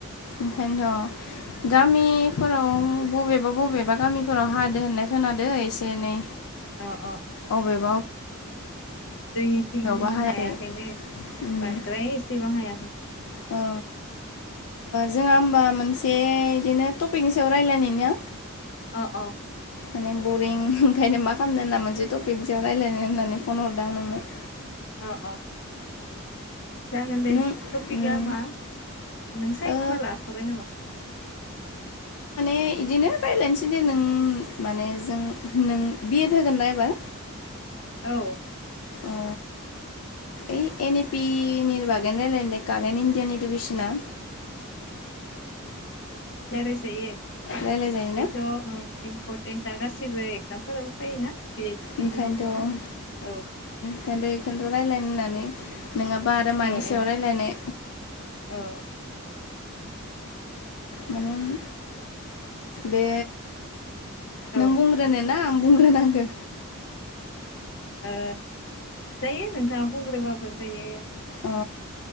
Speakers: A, on the left; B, on the left.
A: ओंखायनोथ' गामिफोराव बबेबा बबेबा गामिफोराव हादो होननाय खोनादादों एसे एनै
B: अ अ
A: अबेबा
B: जोंनिथिं
A: अबेयावबा हायाखै
B: हायाखैनो
A: उम
B: बांद्राय एसेबां हायाखै।
A: <inaudible> ओ जोंहा होमबा मोनसे बिदिनो टपिकनि सायाव रायलायनि नो
B: औ औ।
A: माने बरिं ओंखायनो मा खालामनो होनना मोनसे टपिकजों रायलायनो होननानै फन हरदों आं नोंनो
B: औ औ। जागोन दे
A: नों
B: टपिकआ
A: उम
B: मा नों सायख'ना
A: ओ
B: ला। बाय नामा
A: बिदिनो रायज्लायनोसै दे नों माने जों नों बि एड होगोनना एबार
B: औ।
A: अ ओइ एन इ पि नि बागैनो रायलायनो दे कारेन्ट इण्डियान इडुकेसना
B: रायलायजायो।
A: रायलायजायोना
B: बेथ' इम्परटेन्टखा गासिबो एक्जामपोराव फायोना बेनिल'
A: ओंखायनोथ'
B: नङा औ।
A: ओंखायनोथ' बेखौनोथ' रायलायनो होननानै नङाबा आरो मानि
B: ओ
A: सायाव
B: औ
A: रायलायनाय
B: औ
A: माने बे नों
B: औ ओ
A: बुंग्रोनो ना आं बुंग्रोनांगौ
B: ओ जायो नोंथाङा बुंग्रोबाबो जायो।
A: अ